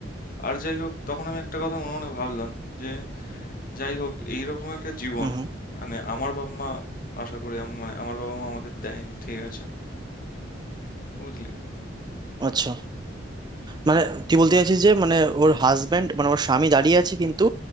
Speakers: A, on the left; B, on the right.
A: আর যাই হোক তখন আমি একটা কথা মনে মনে ভাবলাম যে যাই হোক এইরকম একটা জীবন
B: হুম হুম
A: মানে আমার বাবা মা আশা করি আমার মানে আমার বাবা মা আমাকে দেয়নি ঠিক আছে বুঝলি
B: আচ্ছা মানে তুই বলতে চাইছিস যে মানে ওর হাজবেন্ড মানে ওর স্বামী দাঁড়িয়ে আছে কিন্তু